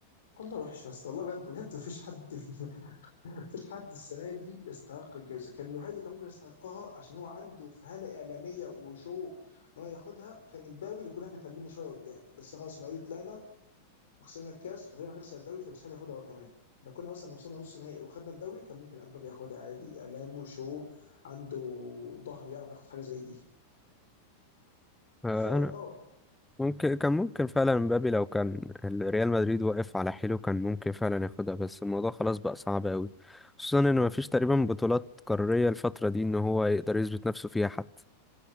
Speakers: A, on the left; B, in the centre.
A: والله وحش يا اسطى والله بجد بجد مفيش حد <laughs> مفيش حد السنه دي يستحق الجائزه كان الوحيد اللي كان ممكن يستحقها عشان هو عنده فهاله اعلاميه وشو ان هو ياخدها كان امبابي اللي كنا احنا كملنا شويه قدام بس خلاص احنا اوريدي طلعنا وخسرنا الكاس وغالبا هنخسر الدوري فمستحيل ياخدها هو كمان لو كنا مثلا وصلنا نص نهائي وخدنا الدوري كان ممكن امبابي ياخدها عادي اعلامه شو عنده ظهر يعرف ياخد حاجه زي دي
B: آه،
A: فاه
B: انا ممكن كان ممكن فعلا مبابي لو كان ريال مدريد واقف على حيله كان ممكن فعلا ياخدها بس الموضوع خلاص بقى صعب قوي خصوصا ان مفيش تقريبا بطولات قارية الفترة دي ان هو يقدر يثبت نفسه فيها حتى